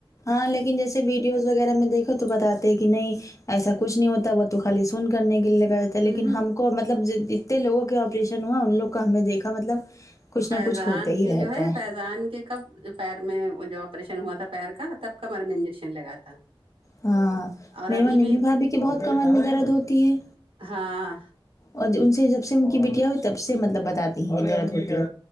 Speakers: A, on the left; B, on the right.
A: ہاں لیکن جیسے بی نیوز وغیرہ میں دیکھو تو بتاتے کہ نہیں ایسا کچھ نہیں ہوتا وہ تو خالی سن کرنے کے لگا لیکن
B: ہ
A: ہم کو مطلب جت جتے لوگوں کے آپریشن ہوا ان لوگ کو ہم نے دیکھا مطلب کچھ
B: فیضان
A: نہ کچھ ہوتا ہی
B: کے
A: رہتا
B: جو ہے فیضان کے کب پیر میں جو آپریشن ہوا تھا پیر کا تب کمر میں انجیکشن لگا تھا
A: ہاں
B: اور
A: میرے
B: ابھی
A: وہاں
B: بھی
A: ممی بھابھی کے بہت کمر میں درد ہوتی ہے
B: ہاں
A: اور ان سے جب سے ان کی بیٹیاں ہوئی تب سے مطلب بتاتی ہیں یہ درد ہوتی ہے